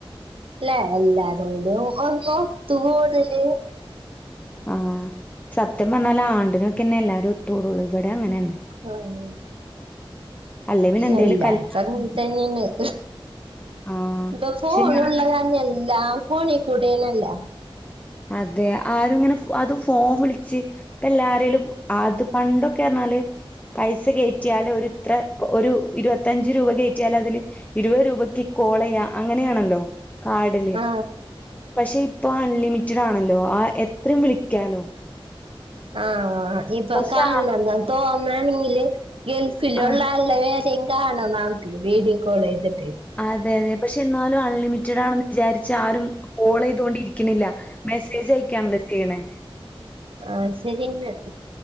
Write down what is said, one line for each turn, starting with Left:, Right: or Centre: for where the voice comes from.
Right: ല്ലേ എല്ലാരോടും ഒരു ഒത്തു കൂടല്
Left: ആഹ് സത്യം പറഞ്ഞാല് ആണ്ടിനൊക്കെന്നെ എല്ലാരും ഒത്തൂടുള്ളൂ ഇവിടെ അങ്ങനെ തന്നെ
Right: ആഹ്
Left: അല്ലെ പിന്നെ എന്തേലും
Right: എല്ലാടത്തും
Left: കല്യാണം
Right: അങ്ങിനെ തന്നെയന്ന്
Left: ആഹ്
Right: ഇപ്പൊ ഫോണ
Left: പക്ഷെ ഞാൻ
Right: ഉള്ളതന്നെ എല്ലാം ഫോണിൽ കൂടെണല്ല
Left: അതെ ആര ഇങ്ങനെ അത് ഫോം വിളിച്ച് എല്ലാരേലും ആത് പണ്ടൊക്കെ ആര്ന്നാല് പൈസ കയറ്റിയാൽ ഒരു ഇത്ര ഒരു ഇരുപത്തഞ്ച് രൂപ കയറ്റിയാൽ അതില് ഇരുപത് രൂപയ്ക്ക് കോളചെയ അങ്ങനെയാണല്ലോ കാഡില്
Right: ആ
Left: പക്ഷെ ഇപ്പൊ അൺലിമിറ്റഡ് ആണല്ലോ ആഹ് എത്രയും വിളിക്കാലോ
Right: ആഹ് ഇപ്പൊ
Left: പക്ഷെ
Right: കാണണം തോന്നാണെങ്കില് ഗൾഫിലുള്ള
Left: ആഹ്
Right: ആ രേലും കാണണോങ്കില് നമുക്ക് വീഡിയോ കോൾ ചെയ്തിട്ട്
Left: അതെ അതെ പക്ഷെ എന്നാലും അൺലിമിറ്റഡ് ആണെന്ന് വിചാരിച്ച് ആരും കോൾ ചെയ്തൊണ്ടിരിക്കുന്നില്ല മെസ്സേജ് അയക്കാണല്ലേ ചെയ്യണേ
Right: ആഹ് ശരിയന്നെ